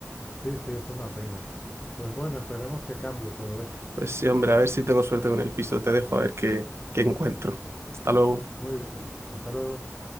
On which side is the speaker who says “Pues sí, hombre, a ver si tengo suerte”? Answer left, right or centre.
Right